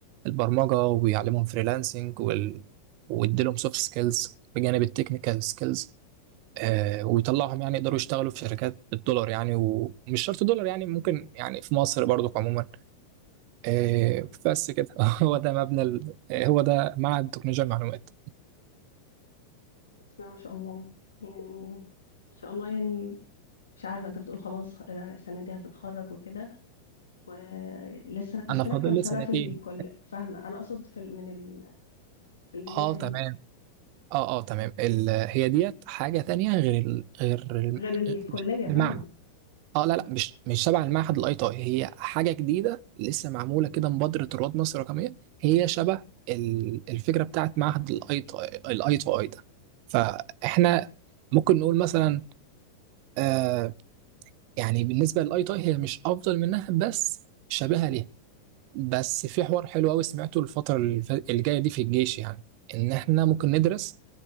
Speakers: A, on the right (about 45°); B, on the left (about 70°).
A: البرمجة وبيعلمهم فريلانسنج وال... ويديلهم سوفت سكيلز بجانب التكنيكال سكيلز ويطلعهم يعني يقدروا يشتغلوا في شركات بالدولار يعني ومش شرط دولار يعني ممكن يعني في مصر برضو عموما آه، بس كده <laughs> هو ده مبنى ال... آه، هو ده معهد تكنولوجيا المعلومات
B: اسمها ما شاء الله يعني ان شاء الله يعني مش عارفه انت بتقول خلاص آه، السنه دي هتتخرج وكده ولسه لسه
A: انا فاضل
B: لك كام
A: لي
B: سنه
A: سنتين
B: في الكل فاهمه انا اقصد في ال- من ال... في اللي
A: اه
B: هي ال-
A: تمام اه اه تمام ال... هي ديت حاجه تانية غير ال... غير ال...
B: غير الكلية فاهمة
A: المعهد اه لا لا مش مش شبه المعهد الاي تي اي، هي حاجه جديده لسه معموله كده مبادره رواد مصر الرقميه هي شبه ال... الفكره بتاعت معهد الاي تي الاي تي اي ده فاحنا ممكن نقول مثلا آه يعني بالنسبه للاي تي اي هي مش افضل منها بس شبيهه ليها بس في حوار حلو قوي سمعته الفترة الف- الجاية دي في الجيش يعني إن إحنا ممكن ندرس